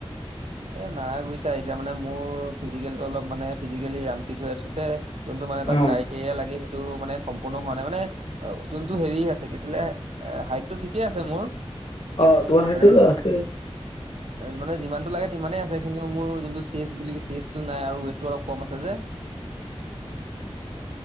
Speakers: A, on the right (about 80°); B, on the left (about 70°).
A: <inaudible> এ, নাই বুজিছা এতিয়া মানে মোৰ ফিজিকেলটো অলপ মানে ফিজিকেলি আনফিট হৈ আছো যে যোনটো মানে
B: অ',
A: তাত কাইটিয়ে লাগে সে টো মানে সম্পূৰ্ণ হোৱা নাই মানে অ' যোনটো হেৰি আছে, কি আছিলে হাইটটো ঠিকেই আছে মোৰ।
B: অ' তোমাৰ হাইটটো
A: মানে
B: আছে।
A: মানে যিমানটো লাগে সিমানেই আছে, কিন্তু মোৰ যোনটো চেচ বুলি চেচটো নাই আৰু ৱেটটো অলপ কম আছে যে।